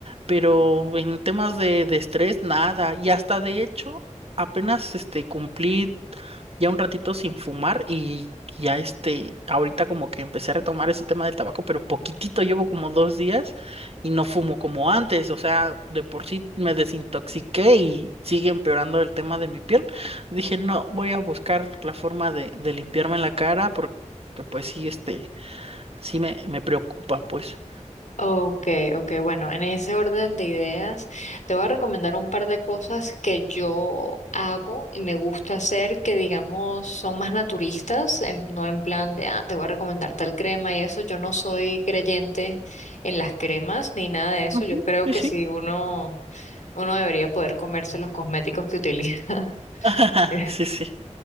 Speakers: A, on the right; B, on the left.
A: Pero en temas de, de estrés, nada. Y hasta de hecho, apenas este cumplí ya un ratito sin fumar y ya este, ahorita como que empecé a retomar ese tema del tabaco, pero poquitito, llevo como dos días y no fumo como antes, o sea, de por sí me desintoxiqué y sigue empeorando el tema de mi piel. Dije, no, voy a buscar la forma de, de limpiarme la cara porque pues sí, este, sí me, me preocupa, pues.
B: Ok, ok, bueno, en ese orden de ideas, te voy a recomendar un par de cosas que yo hago y me gusta hacer que, digamos, son más naturistas, en- no en plan de, ah, te voy a recomendar tal crema y eso. Yo no soy creyente en las cremas ni nada de eso.
A: Ujú,
B: Yo creo
A: Sí,
B: que
A: sí.
B: sí, uno, uno debería poder comerse los cosméticos que utiliza.
A: <laughs>
B: <laughs>
A: Sí, sí.